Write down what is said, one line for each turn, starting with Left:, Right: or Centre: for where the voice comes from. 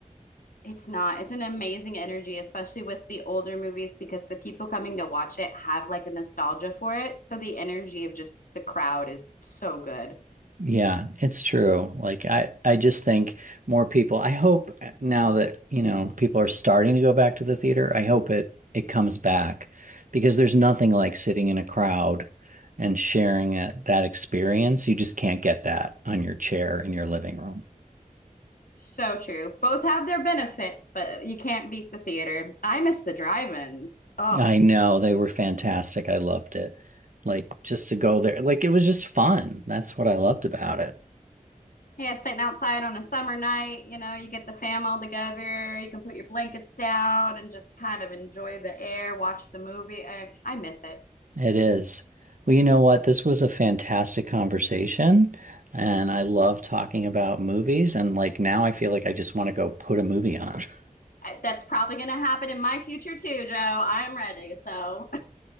Left: It's not. It's an amazing energy, especially with the older movies, because the people coming to watch it have like a nostalgia for it. So the energy of just the crowd is so good.
Right: Yeah, it's true. Like I I just think more people I hope eh, now that, you know, people are starting to go back to the theater, I hope it it comes back because there's nothing like sitting in a crowd and sharing it, that experience. You just can't get that on your chair in your living room.
Left: So true. Both have their benefits, but you can't beat the theater. I miss the drive-ins. Oh,
Right: I know they were fantastic. I loved it. Like just to go there, like it was just fun. That's what I loved about it.
Left: yeah, sitting outside on a summer night, you know, you get the fam all together, you can put your blankets down and just kind of enjoy the air, watch the movie. I, I miss it.
Right: It is. Well, you know what? This was a fantastic conversation, and I love talking about movies. And like now, I feel like I just want to go put a movie on. <laughs>
Left: That's probably going to happen in my future too, Joe. I'm ready. So,